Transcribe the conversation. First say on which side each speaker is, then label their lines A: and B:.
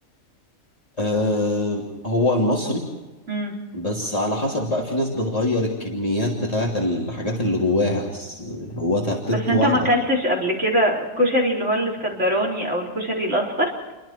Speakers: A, on the left; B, on the right.
A: أه هو المصري
B: بس
A: بس على حسب بقى في ناس بتغير الكميات بتاعة الحاجات اللي جواها بس هو ترتيبته
B: بس انت
A: واحدة
B: ما اكلتش قبل كده كشري اللي هو الاسكندراني او الكشري الاصفر